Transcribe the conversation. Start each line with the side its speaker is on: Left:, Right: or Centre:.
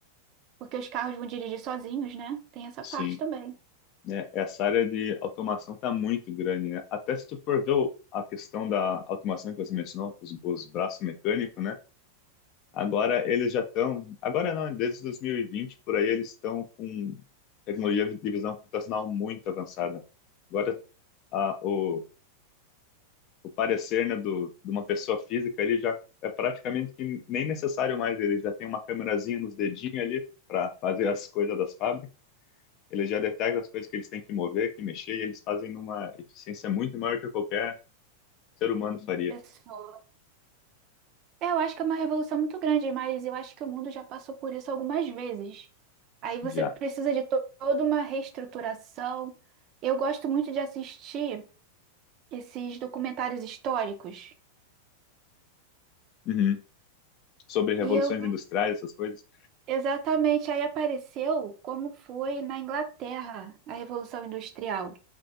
Right: porque os carros vão dirigir sozinhos, né? Tem essa
Left: sim.
Right: parte também.
Left: né? essa área de automação está muito grande, né? Até se tu for ver o- a questão da automação que você mencionou, os, os braços mecânicos, né? Agora eles já estão, agora não, desde 2020 por aí eles estão com tecnologia de visão computacional muito avançada. Agora a- o, o parecer, né, do, de uma pessoa física, ele já é praticamente que nem necessário mais, ele já tem uma câmerazinha nos dedinhos ali para fazer as coisas das fábricas, ele já detecta as coisas que eles têm que mover, que mexer, e eles fazem numa eficiência muito maior que qualquer ser humano faria
Right: Pessoal É, eu acho que é uma revolução muito grande, mas eu acho que o mundo já passou por isso algumas vezes. Aí você
Left: já.
Right: precisa de to- toda uma reestruturação. Eu gosto muito de assistir esses documentários históricos.
Left: Uhum. Sobre revoluções
Right: E eu,
Left: industriais, essas coisas,
Right: exatamente, aí apareceu como foi na Inglaterra a Revolução Industrial.